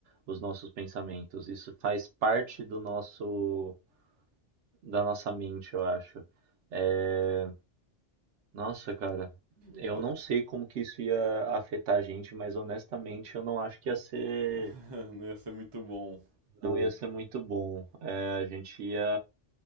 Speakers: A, on the right (about 75°); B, on the right (about 35°).
A: os nossos pensamentos. Isso faz parte do nosso da nossa mente, eu acho. É, Nossa, cara, eu
B: É, eu-
A: não sei como que isso ia afetar a gente, mas honestamente eu não acho que ia ser,
B: <laughs> não ia ser muito bom.
A: não ia ser muito bom. É, a gente ia